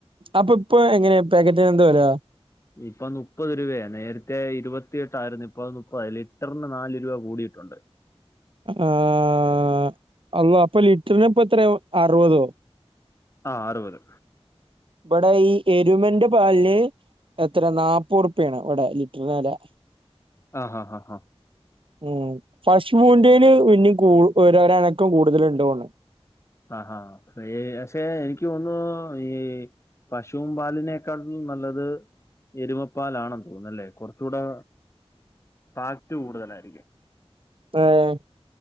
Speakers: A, on the right; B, on the left.
A: അപ്പൊ ഇപ്പൊ എങ്ങനെയ പാക്കറ്റിന് എന്താ വില
B: ഇപ്പൊ മുപ്പത് രൂപയാ നേരത്തെ ഇരുപത്തിയെട്ടായിരുന്നു. ഇപ്പൊ അത് മുപ്പതായി ലിറ്ററിന് നാല് രൂപ കൂടിയിട്ടുണ്ട്.
A: ആഹ് അള്ളാ അപ്പൊ ലിറ്ററിനിപ്പൊയെത്രയാ അറുപതോ?
B: ആഹ് അറുപത്
A: ഇബടെ ഈ എരുമേന്റെ പാലിന് എത്ര നാപ്പത്റുപ്യായാണ് ഇവിടെ ലിറ്ററിന് വെല
B: ആഹ് ഹാ ഹാ ഹാ
A: ഉം പശൂന്റേന് പിന്നെയും കൂ ഒരനക്കം കൂടുതൽ ഉണ്ടോണണ്.
B: ആഹ് ഹാ ഹാ പക്ഷെ എനിക്ക് എനിക്ക് തോന്നുന്നു ഈ പശുവും പാലിനേക്കാറ്റിലും നല്ലത് എരുമപ്പാലാണെന്ന് തോന്നുന്നല്ലേ കുറച്ചുകൂടെ ഫാക്റ്റ് കൂടുതലായിരിക്കും.
A: ഏഹ്